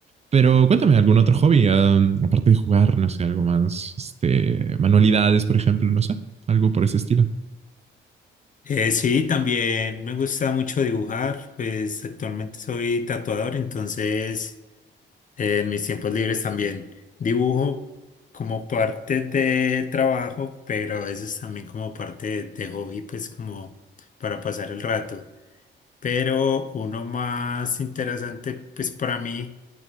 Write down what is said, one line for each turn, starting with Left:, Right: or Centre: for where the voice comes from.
Right: Pero cuéntame, ¿algún otro hobby? Ah, aparte de jugar, no sé, algo más, este, manualidades, por ejemplo, no sé, algo por ese estilo.
Left: Eh, sí, también me gusta mucho dibujar, pues actualmente soy tatuador, entonces eh, en mis tiempos libres también dibujo como parte de trabajo, pero a veces también como parte de, de hobby, pues como para pasar el rato. Pero uno más interesante, pues para mí.